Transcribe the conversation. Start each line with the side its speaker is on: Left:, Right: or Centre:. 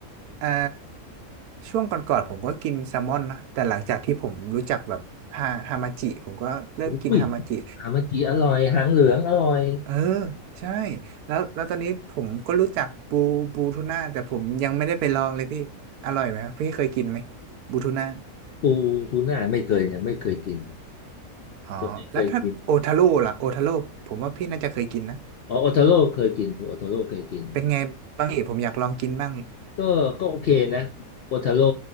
Right: เอ่อช่วงก่อนๆผมก็กินแซลมอนนะแต่หลังจากที่ผมรู้จักแบบฮาฮามาจิผมก็เริ่มกินฮามาจิ
Left: อุ้ยฮามาจิอร่อยหางเหลืองอร่อย
Right: เออใช่แล้วแล้วตอนนี้ผมก็รู้จักบูบูทูน่าแต่ผมยังไม่ได้ไปลองเลยพี่อร่อยไหมครับพี่เคยกินไหมบูทูน่า
Left: ปูทูน่าไม่เคยยังไม่เคยกิน
Right: อ๋อแล้วถ้าโอทาโร่ล่ะโอทาโร่ผมว่าพี่น่าจะเคยกินนะ
Left: ยังไม่เคยกินอ๋อโอทาโร่เคยกินโอทาโร่เคยกิน
Right: เป็นไงบ้างเอ๋ผมอยากลองกินบ้าง
Left: ก็ก็โอเคนะโอทาโร่